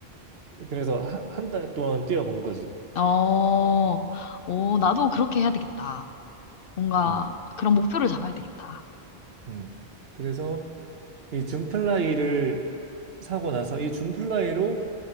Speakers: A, on the right (about 70°); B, on the left (about 65°).
A: 그래서 한 달 동안 뛰어본 거지.
B: 어, 어, 나도 그렇게 해야 되겠다. 뭔가
A: 음,
B: 그런 목표를 잡아야 되겠다.
A: 음. 그래서 이 줌플라이를 사고 나서 이 줌플라이로